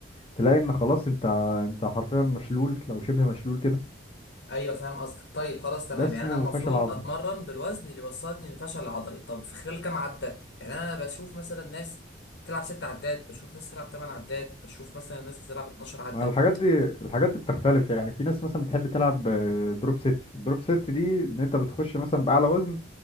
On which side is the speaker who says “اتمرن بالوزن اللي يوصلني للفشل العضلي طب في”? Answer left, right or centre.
Left